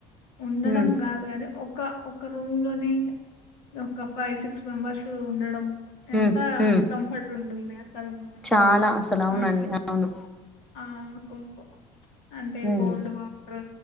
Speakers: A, on the left; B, in the centre.
A: ఉండడం
B: ఉమ్
A: గాదు గాని ఒక ఒక రూమ్ లోనే ఒక ఫైవ్ సిక్స్ మెంబర్స్ ఉండడం ఎంత
B: ఉమ్ ఉమ్
A: అన్‌కంఫర్ట్ ఉంటుంది అసలు మనకి
B: చాలా అసలు అవునండి
A: ఆ
B: అవును
A: ఆ ఆ కొ కొ అంటే
B: ఉమ్
A: కోల్డ్ వాటర్